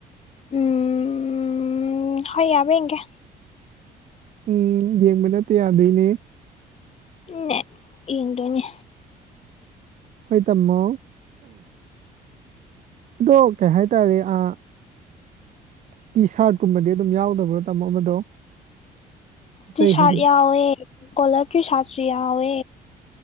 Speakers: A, on the left; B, on the right.
A: ꯎꯝ ꯍꯣꯏ ꯌꯥꯕꯔꯥ ꯌꯦꯡꯒꯦ
B: ꯎꯝ ꯌꯦꯡꯕ ꯅꯠꯇꯦ ꯌꯥꯗꯣꯏꯅꯦ
A: ꯅꯦ ꯌꯦꯡꯗꯣꯏꯅꯦ
B: ꯍꯣꯏ ꯇꯃꯣ ꯑꯗꯣ ꯀꯩ ꯍꯥꯏꯇꯥꯔꯦ ꯑ ꯇꯤ ꯁꯥꯔꯠꯀꯨꯝꯕꯗꯤ ꯑꯗꯨꯝ ꯌꯥꯎꯗꯕ꯭ꯔꯥ ꯇꯥꯃꯣ ꯑꯃꯗꯣ ꯏꯇꯩ
A: ꯇꯤ ꯁꯥꯔꯠ
B: ꯍꯣꯏꯒꯤꯗꯣ
A: ꯌꯥꯎꯋꯦ ꯀꯣꯂꯔ ꯇꯔꯤ ꯁꯥꯔꯠꯁꯨ ꯌꯥꯎꯋꯦ